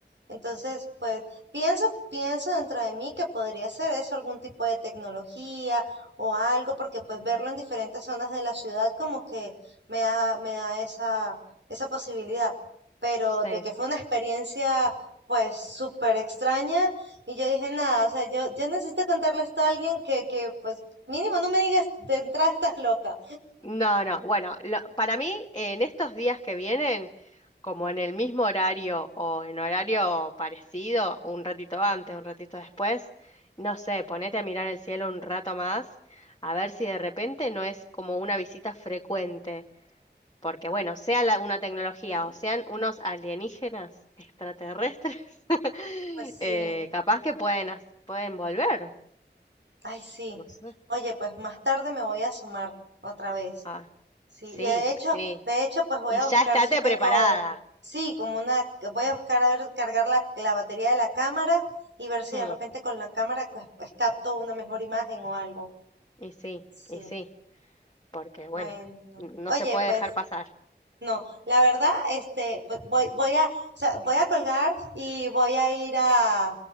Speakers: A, on the right; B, on the left.
A: Entonces, pues pienso, pienso dentro de mí que podría ser eso, algún tipo de tecnología o algo, porque pues verlo en diferentes zonas de la ciudad como que me da, me da esa, esa posibilidad. Pero
B: sí.
A: de que fue una experiencia pues súper extraña y yo dije, nada, o sea, yo, yo necesito contarle esto a alguien que, que pues mínimo no me digas <laughs> de entrada estás loca.
B: No, no, bueno, lo- para mí en estos días que vienen, como en el mismo horario o en horario parecido, un ratito antes, un ratito después, no sé, ponete a mirar el cielo un rato más, a ver si de repente no es como una visita frecuente, porque bueno, sea la- una tecnología
A: Sí,
B: o sean unos alienígenas extraterrestres, <laughs>
A: pues
B: eh,
A: sí,
B: capaz que pueden, hac- pueden volver.
A: ay sí.
B: No sé.
A: Oye, pues más tarde me voy a sumar otra vez.
B: Ah,
A: Sí,
B: sí,
A: y de hecho,
B: sí.
A: de hecho, pues voy
B: Y
A: a
B: ya
A: buscar
B: estate
A: si tengo,
B: preparada.
A: sí, como una, voy a buscar a ver, cargar la, la batería de la cámara y ver si
B: Hmm.
A: de repente con la cámara pues, pues, capto una mejor imagen o algo.
B: Y sí,
A: Sí,
B: y sí, porque bueno,
A: bueno.
B: n- no
A: Oye,
B: se puede
A: pues
B: dejar pasar.
A: no, la verdad, este, pues, voy, voy a, o sea, voy a colgar y voy a ir a,